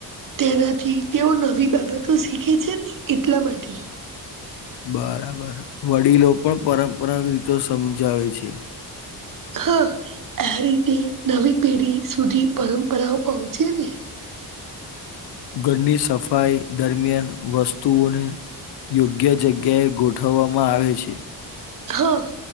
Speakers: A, on the right (about 55°); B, on the left (about 85°).
A: તેનાથી તેઓ નવી બાબતો શીખે છે ને એટલા માટે.
B: બરાબર વડીલો પણ પરંપરા રીતો સમજાવે છે.
A: હા આ રીતે નવી પેઢી સુધી પરંપરાઓ પહોંચે ને.
B: ઘરની સફાઈ દરમિયાન વસ્તુઓને યોગ્ય જગ્યાએ ગોઠવવામાં આવે છે.
A: હા